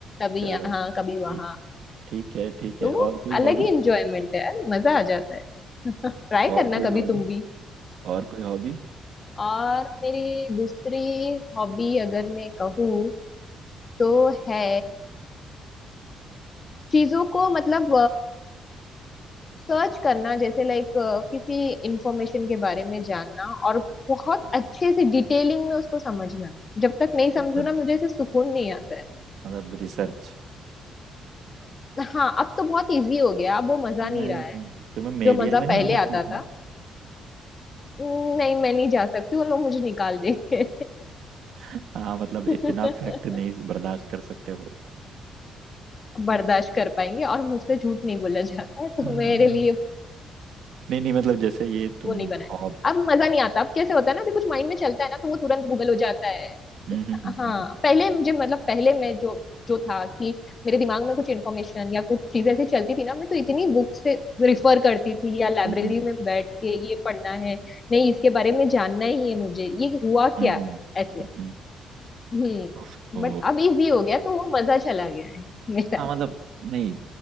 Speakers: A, on the left; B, on the right.
A: कभी
B: चलो
A: यहाँ
B: ठीक
A: कभी वहां
B: है ठीक है ठीक
A: तो
B: है और
A: वो
B: कोई
A: अलग
B: हॉबी
A: ही इंजॉयमेंट है यार मजा आ जाता है <laughs> ट्राई
B: और
A: करना
B: कोई हॉबी
A: कभी तुम भी
B: और कोई हॉबी
A: और मेरी दूसरी हॉबी अगर मैं कहूँ तो है चीजों को मतलब सर्च करना जैसे लाइक किसी इंफॉर्मेशन के बारे में जानना और बहुत अच्छे से डिटेलिंग में उसको समझना जब तक नहीं
B: मतलब
A: समझू ना मुझे ऐसे सुकून नहीं आता है
B: मतलब रिसर्च
A: हाँ अब तो बहुत इजी हो गया अब वो मजा
B: तुम्हें
A: नहीं रहा है
B: तुम्हें मीडिया
A: जो मजा
B: में नहीं
A: पहले
B: होना चाहिए
A: आता था
B: था
A: नहीं मैं नहीं जा सकती वो लोग मुझे निकाल देंगे
B: हाँ मतलब
A: <laughs>
B: इतना फैक्ट नहीं बर्दाश्त कर सकते वो
A: बर्दाश्त कर पाएंगे और मुझसे झूठ नहीं बोला जाता है तो
B: हाँ।
A: मेरे लिए
B: नहीं नहीं मतलब जैसे ये तुम
A: वो नहीं बना है
B: हॉब
A: अब मजा नहीं आता अब कैसे होता है ना कि कुछ माइंड में चलता है ना तो वो तुरंत गूगल हो जाता है
B: हम्म हम्म
A: हाँ
B: हम्म
A: पहले मुझे मतलब पहले मैं जो जो था कि मेरे दिमाग में कुछ इन्फॉर्मेशन या कुछ चीजें ऐसी चलती थी ना मैं तो इतनी बुक से रिफर करती थी या लाइब्रेरी
B: हम्म
A: में बैठ के ये पढ़ना है नहीं इसके बारे में जानना ही है मुझे ये हुआ क्या
B: हम्म
A: है,
B: हम्म,
A: ऐसे
B: हम्म,
A: हम्म
B: उफ, ओ
A: बट अब इजी हो गया तो वो मजा चला गया है मेरा
B: हाँ मतलब नहीं